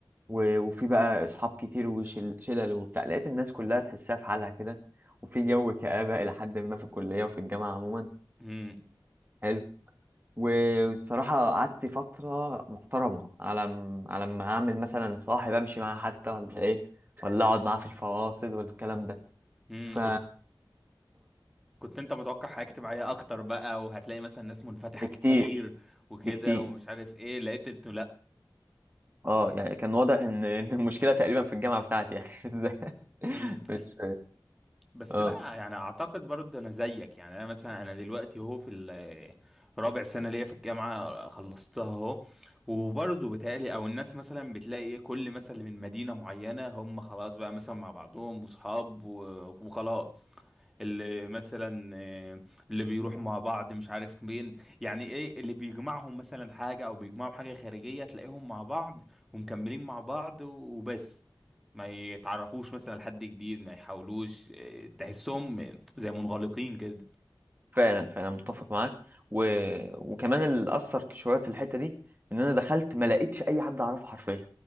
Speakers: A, on the right; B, in the centre.
A: و- وفي بقى اصحاب كتير وشلل وبتاع لقيت الناس كلها تحسها في حالها كده وفي جو كآبة الى حد ما في الكلية وفي الجامعة عموما
B: امم
A: حلو والصراحة قعدت فترة محترمة على م- على ما اعمل مثلا صاحب امشي معاه حتى ولا ايه ولا اقعد معاه في الفواصل والكلام ده
B: امم
A: ف
B: كنت كنت انت متوقع حياة اجتماعية اكتر بقى وهتلاقي مثلا ناس منفتحة
A: بكتير
B: كتير وكده
A: بكتير
B: ومش عارف ايه لقيت انه
A: اه يعني كان واضح ان <laughs> إن المشكله تقريبا في الجامعه بتاعتي يعني <laughs> ازاي
B: لا
A: مش
B: بس
A: اه
B: لا يعني اعتقد برضه انا زيك يعني انا مثلا انا دلوقتي اهو في ال- رابع سنه ليا في الجامعه خلصتها اهو وبرضه بتهيألي او الناس مثلا بتلاقي ايه كل مثلا من مدينه معينه هم خلاص بقى مثلا مع بعضهم واصحاب و- وخلاص اللي مثلا آه، اللي بيروحوا مع بعض مش عارف مين يعني ايه اللي بيجمعهم مثلا حاجة او بيجمعهم حاجة خارجية تلاقيهم مع بعض ومكملين مع بعض وبس ما يتعرفوش مثلا لحد جديد ما يحاولوش آه، تحسهم زي منغلقين كده
A: فعلا فعلا متفق معاك و... وكمان اللي اثر شويه في الحته دي ان انا دخلت ما لقيتش اي حد اعرفه حرفيا